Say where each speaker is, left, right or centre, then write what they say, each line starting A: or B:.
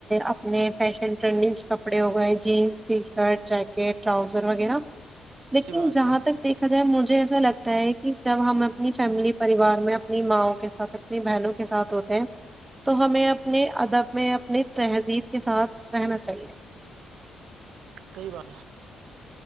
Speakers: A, on the right; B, on the right.
A: اپنے فیشن ٹرینڈنگ کپڑے ہو گئے jeans T shirt jacket trouser وغیرہ لیکن
B: صحیح بات
A: جہاں
B: ہے
A: تک دیکھا جائے مج مجھے ایسا لگتا ہے کہ جب ہم اپنی فیملی پریوار میں اپنی ماںؤ کے ساتھ اپنی بہنوں کے ساتھ ہوتے ہیں تو ہمیں اپنے ادب میں اپنی تہذیب کے ساتھ رہنا چاہیے
B: کئی بار